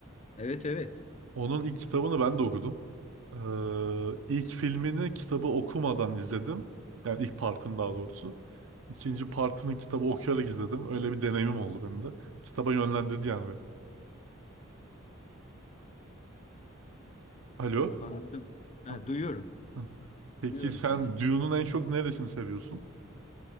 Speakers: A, on the left; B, on the right.
A: Evet evet
B: Onun ilk kitabını ben de okudum. Ee, ilk filmini kitabı okumadan izledim. Yani ilk partını daha doğrusu. İkinci partını kitabı okuyarak izledim. Öyle bir deneyimim oldu benim de. Kitaba yönlendirdi yani Alo.
A: anladım. Ha,
B: Hı,
A: duyuyorum.
B: hı. Peki
A: Duyuyorum
B: sen
A: seni.
B: Dune'un en çok neresini seviyorsun?